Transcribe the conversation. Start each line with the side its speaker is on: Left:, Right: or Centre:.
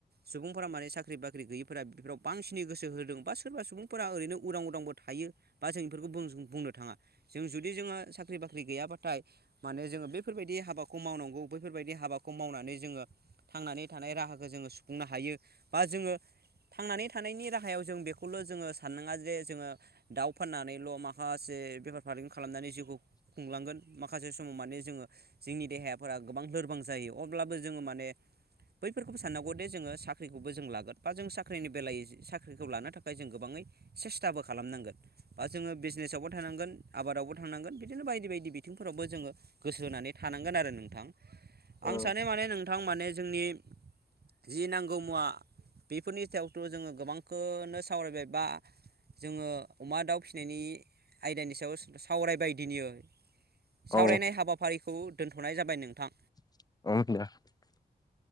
Right: सुबुंफोरा माने साख्रि बाख्रि गैयि फोरा बेफोराव बांसिनै गोसो होदों बा सोरबा सुबुंफोरा ओरैनो उदां उदांबो थायो बा जों इफोरखौ बुं बुंनो। बो थाङा जों जुदि जोङो साख्रि बाख्रि गैयाबाथाय माने जोङो बेफोरबायदि हाबाखौ मावनांगौ। बैफोरबायदि हाबाखौ मावनानै जोङो थांनानै थानाय राहाखौ जोङो सुफुंनो हायो बा जोङो थांनानै थानायनि राहायाव जों बेखौल जोङो साननाङा जे जोङो दाउ फाननानैल माखासे बेफार फालांगि खालामनानै जिउखौ खुंलांगोन माखासे समाव माने जोङो जोंनि देहायाफोरा गोबां लोरबां जायो अब्लाबो जोङो माने बैफोरखौबो साननांगौ दे जोङो साख्रिखौबो जों लागोन बा जों साख्रिनि बेलायावै साख्रिखौ लानो थाखाय जों गोबाङै सेस्थाबो खालामनांगोन बा जोङो बिजनेसावबो थानांगोन आबादावबो थांनांगोन बिदिनो बायदि बायदि बिथिंफोरावबो जोङो गोसो होनानै थानांगोन आरो नोंथां। आं
Left: औ
Right: सानो माने नोंथां माने जोंनि जि नांगौ मुवा बेफोरनि सायावथ जोङो गोबांखोनो सावरायबाय बा जोङो अमा दाउ फिसिनायनि आयदानि सायाव सावरायबाय दिनियो। सावरायनाय
Left: औ
Right: हाबाफारिखौ दोन्थनाय जाबाय नोंथां।
Left: <unintelligible>